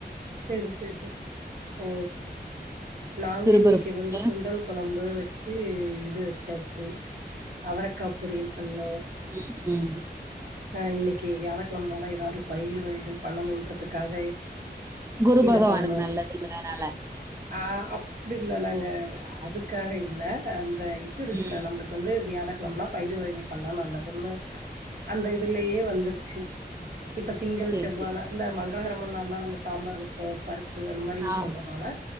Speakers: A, on the right; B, on the right.
A: சேரி சேரி ச ஓ நாங்க
B: சிறுபருப்பு
A: இன்னைக்கு வந்து
B: போட்டு
A: சுண்டல் கொழம்பு வச்சீ இது வச்சாச்சு அவரக்கா பொரியல் பண்ணோ
B: ம் ம்
A: ஆ இன்னக்கி வியாழக்கிழமனால எதாவுது பயிர் வகைகள் பண்ணணுன்றதுக்காக
B: குரு
A: இத
B: பகவானுக்கு
A: பண்ணோ
B: நல்லதுங்கறனால
A: ஆ அப்டி இல்ல நாங்க அதுக்காக இல்ல அந்த இது இருக்குல்ல
B: ம்
A: நம்மளுக் கு வந்து வியாழக்கிழமனா பயிறு வகைகள் பண்ணா நல்லதுன்னு அந்த இதுலயே வந்துருச்சு இப்ப திங்கள்
B: சரி
A: செவ்வாழ
B: சரி
A: இந்த மங்களலகரமம்னாள் நம்ம சாம்பார் வைப்போ பருப்பு அந்த மாரி யூஸ்
B: ஆ
A: பண்றதுனால